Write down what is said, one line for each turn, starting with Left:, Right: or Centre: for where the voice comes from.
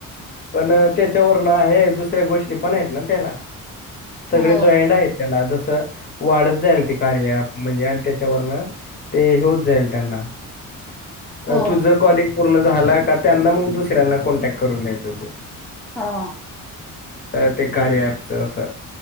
Left: पण त्याच्यावरन आहे दुसऱ्या गोष्टी पण आहेत ना त्याला सगळे
Centre: हो
Left: जॉईंट आहेत त्याला जस वाढत जाईल ते कार्य अँप म्हणजे आणि त्या त्यावरन ते होत जाईल त्यांना
Centre: हो
Left: तुझ कॉलिंग पूर्ण झाला का त्यांना मग दुसऱ्यांना कॉन्टॅक्ट करून द्यायच तू
Centre: हा
Left: तर ते कार्य अँपच असं